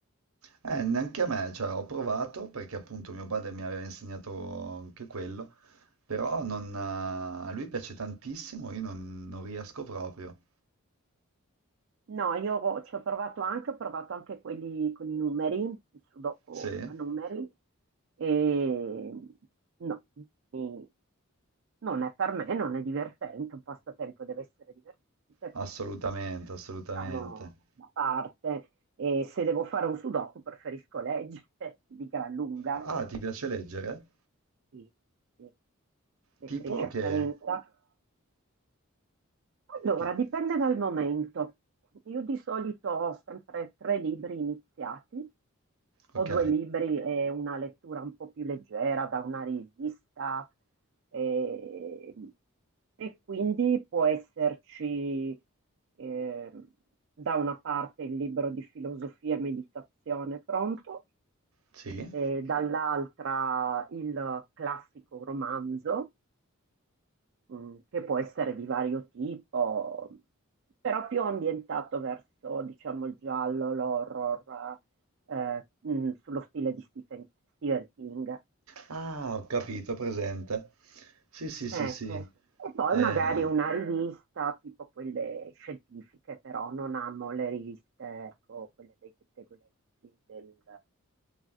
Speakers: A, on the right; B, on the right.
A: Eh, neanche a me, cioè ho provato perché appunto mio padre mi aveva insegnato anche quello, però non, eh, a lui piace tantissimo, io non, non riesco proprio.
B: No, io ho- ci ho provato anche, ho provato anche quelli con i numeri, il sudoku
A: Sì,
B: a numeri, e no, mi- non è per me, non è divertente, un passatempo deve essere divertente, quindi
A: assolutamente,
B: lo
A: assolutamente.
B: lasciamo da parte. E se devo fare un sudoku preferisco leggere <laughs> di gran lunga,
A: Ah, ti piace leggere?
B: sì, sì. Lettrice
A: Tipo
B: accanita.
A: che...
B: Allora,
A: che-
B: dipende dal momento. Io di solito ho sempre tre libri iniziati, o
A: Ok,
B: due libri e una lettura un po' più leggera da una rivista, e, e quindi può esserci eh, da una parte il libro di filosofia e meditazione pronto,
A: sì.
B: e dall'altra il classico romanzo mh, che può essere di vario tipo, però più ambientato verso, diciamo, il giallo, l'horror, eh, mh, sullo stile di Stephen, Stephen King.
A: Ah, ho capito, presente. Sì, sì,
B: Ecco.
A: sì, sì.
B: E poi
A: Eh,
B: magari una rivista tipo quelle scientifiche, però non amo le riviste, ecco, quelle dei pettegolezzi del-